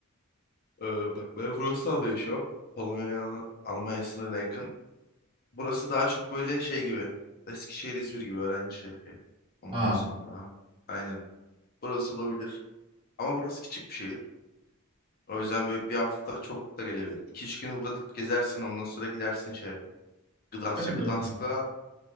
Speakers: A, on the left (about 45°); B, on the right (about 25°).
A: Ee, bak ben Wrocław'da yaşıyorum. Polonya Almanya sınırına yakın. Burası daha çok böyle şey gibi. Eskişehir İzmir gibi öğrenci şehri. Ondan
B: Aa,
A: sonra aynen. Burası olabilir. Ama burası küçük bir şehir. O yüzden böyle bir hafta çok da gelebilir. 2 üç gün burada gezersin ondan sonra gidersin şeye. Gdansk'a.
B: Öyle
A: Gdansk'ta
B: yapalım.